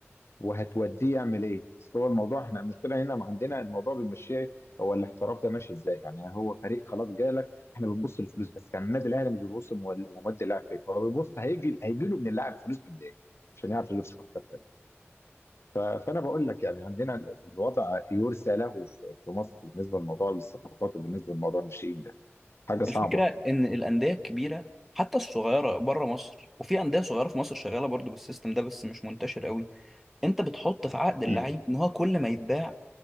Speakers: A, on the left; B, in the centre.
A: وهتوديه يعمل ايه؟ اصل هو الموضوع احنا المشكله هنا ما عندنا الموضوع بنمشيه هو الاحتراف ده ماشي ازاي؟ يعني هو فريق خلاص جالك احنا بنبص للفلوس بس يعني النادي الاهلي مش بيبص مول- مودي اللاعب فين هو بيبص هيجي هيجي له من اللاعب فلوس قد ايه؟ عشان يعرف يجيب صفقات تانيه ف- فانا بقول لك يعني عندنا ال- الوضع يرثى له في في مصر بالنسبه لموضوع الصفقات وبالنسبه لموضوع الناشئين ده حاجه صعبه
B: الفكره ان الانديه الكبيره حتى الصغيره بره مصر وفي انديه صغيره في مصر شغاله برضو بالسيستم ده بس مش منتشر قوي انت بتحط في عقد اللعيب
A: امم
B: ان هو كل ما يتباع